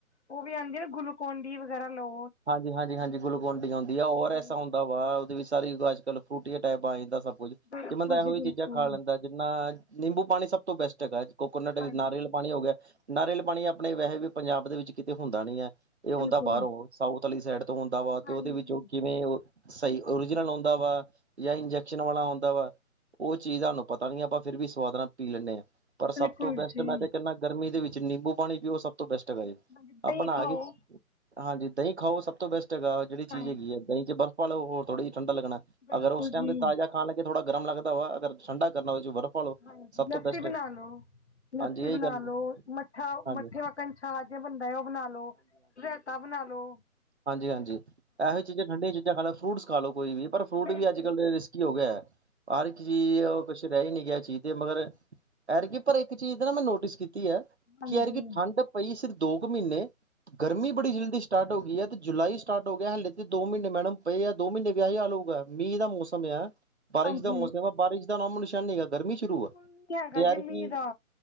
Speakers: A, on the left; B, on the right.
A: ਉਹ ਵੀ ਆਦੀ ਨਾ ਗਲੂਕੋਨ ਡੀ ਵਗੈਰਾ ਲੋ
B: ਹਾਂਜੀ-ਹਾਂਜੀ-ਹਾਂਜੀ, ਗੁਲਕੋਡੀ ਆਦੀ ਆ ਔਰ
A: ਹਾਂਜੀ
B: ਐਸਾ ਹੁੰਦਾ ਵਾ, ਉਹਦੇ ਸਾਰੀ ਅੱਜ-ਕੱਲ ਫਰੂਟੀ ਏ ਟਾਈਪ ਆ ਜਾਂਦਾ, ਸਭ-' ਕੁਝ
A: ਬਿਲਕੁਲ
B: ਕਿ ਬੰਦਾ
A: ਜੀ
B: ਇਹੋ ਜਹੀ ਚੀਜ਼ਾਂ
A: ਬਿਲਕੁਲ
B: ਖਾ ਲੈਂਦਾ, ਜਿੰਨਾ ਨਿੰਬੂ ਪਾਣੀ ਸਭ ਤੋਂ ਬੈਸਟ ਹੈਗਾ, ਕੋਕੋਨਟ
A: ਹਾਂਜੀ
B: ਨਾਰੀਅਲ ਪਾਣੀ ਹੋ ਗਿਆ, ਨਾਰੀਅਲ ਪਾਣੀ ਆਪਣੇ ਵੈਸੇ ਵੀ ਪੰਜਾਬ ਦੇ ਵਿੱਚ ਕਿਤੇ ਹੁੰਦਾ ਨੀ ਹੈ, ਇਹ ਹੁੰਦਾ
A: ਬਿਲਕੁਲ
B: ਬਾਹਰ ਹੋ ਸਾਊਥ ਵਾਲੀ ਸਾਈਡ ਤੋਂ ਹੁੰਦਾ ਵਾ ਤੇ
A: ਹਾਂਜੀ
B: ਉਹਦੇ ਵਿੱਚੋਂ ਕਿਵੇਂ ਸਹੀ ਔਰੀਜਨਲ ਹੁੰਦਾ ਵਾ, ਜਾਂ ਇੰਜੈਕਸ਼ਨ ਵਾਲਾ ਹੁੰਂਦਾ ਵਾ ਉਹ ਚੀਜ਼ ਤੁਾਨੂੰ ਪਤਾ ਨੀ ਆਪਾਂ ਫਿਰ ਵੀ ਸਵਾਦ ਨਾਲ ਪੀ ਲੈਂਦੇ ਹਾਂ, ਪਰ
A: ਬਿਲਕੁਲ
B: ਸਭ ਤੋਂ ਬੈਸਟ
A: ਜੀ
B: ਮੈਂ ਤੇ ਕਹਿੰ ਗਰਮੀ ਦੇ ਵਿੱਚ ਨਿੰਬੂ ਪਾਣੀ ਪੀਓ ਸਭ ਤੋਂ ਬੈਸਟ ਹੈਗਾ, ਜੀ
A: ਦਹੀਂ
B: ਆਪ ਬਣਾ
A: ਖਾਓ
B: ਕੇ ਹਾਂਜੀ ਦਹੀਂ ਖਓ ਸਭ ਤੋਂ ਬੈਸਟ ਹੈਗਾ, ਉਹ ਜਿਹੜੀ ਚੀਜ਼
A: ਹਾਂਜੀ
B: ਹੈਗੀ ਹੈ, ਐ ਦਹੀਂ ਚ ਬਰਫ਼ ਪਾਲੋ ਥੋੜਾ ਹੋਰ ਠੰਡਾ ਲੱਗਣਾ।
A: ਬਿਲਕੁਲ
B: ਅਗਰ ਉਸ ਟਾਈਮ
A: ਜੀ
B: ਤੇ ਤਾਜਾ ਖਾਣ ਲੱਗੇ, ਥੋੜਾ ਗਰਮ ਲਗਦਾ ਹੋਏ, ਅਗਰ ਠੰਡਾ ਕਰਨਾ ਹੋਏ ਤਾ ਬਰਫ਼ ਪਾ ਲਓ
A: ਹਾਂ
B: ਸਭ
A: ਲੱਸੀ
B: ਤੋਂ ਬੈਸਟ
A: ਬਣਾ
B: ਹੈ
A: ਲੋ, ਲੱਸੀ
B: ਹਾਂਜੀ
A: ਬਣਾ
B: ਇਹੀ ਗੱਲ
A: ਲੋ, ਮੱਠਾ
B: ਹਾਂਜੀ
A: ਮੱਠੇ ਵਰਗਾ ਛਾ ਜਿਹਾ ਬਣਦਾ ਹੈ, ਉਹ ਬਣਾਲੋ ਰੇਈਤਾ ਬਣਾਲੋ,
B: ਹਾਂਜੀ-ਹਾਂਜੀ, ਇਹੋ ਹੀ ਚੀਜ਼ਾਂ ਠੰਡੀਆਂ ਚੀਜ਼ਾਂ ਖਾਲੋ ਫਰੂਟਸ ਖਾ ਲਓ, ਵੀ ਪਰ ਫਰੂਟ
A: ਬਿਲਕੁਲ
B: ਵੀ ਅੱਜ-ਕੱਲ੍ਹ ਰਿਸ ਕੀ ਹੋ ਗਿਆ, ਹਰ ਇੱਕ ਚੀਜ਼ ਕੁਛ ਰਹਿ ਹੀ ਨਹੀਂ ਗਿਆ, ਚੀਜ਼ ਤੇ ਮਗਰ ਐਤਕੀ ਪਰ ਇੱਕ ਚੀਜ਼ ਨਾ ਮੈਂ ਨੋਟਿਸ ਕੀਤੀ ਹੈ
A: ਹਾਂਜੀ
B: ਕਿ, ਐਤਕੀ ਠੰਡ ਠੰਡ ਪਾਈ ਸੀ, ਸਿਰਫ ਦੋ ਕੁ ਮਹੀਨੇ ਗਰਮੀ ਬੜੀ ਜਲਦੀ ਸਟਾਰਟ ਹੋ ਗਈ ਹੈ। ਜੁਲਾਈ ਸਟਾਰਟ ਹੋ ਗਿਆ, ਹਲੇੇ ਤੇ ਦੋ ਮਹੀਨੇ ਮੈਡਮ ਪਏ ਆ, ਦੋ ਮਹੀਨੇ ਵੀ ਆ ਹੀ ਹਾਲ ਹੋਊਗਾ, ਮੀਹ ਦਾ ਮੌਸਮ ਹੈ। ਬਾਰਿਸ਼
A: ਹਾਂਜੀ
B: ਦਾ ਮੌਸਮ ਆ, ਬਾਰਿਸ਼ ਦਾ ਨਾਮ ਨਿਸ਼ਾਨ ਨੀ ਗਾ ਗਰਮੀ ਸ਼ੁਰੂ
A: ਬਿਲਕੁਲ
B: ਆ,
A: ਨੀ ਹੈਗਾ
B: ਤੇ ਯਾਰ
A: ਜੀ ਮੀਂਹ
B: ਕਿ
A: ਦਾ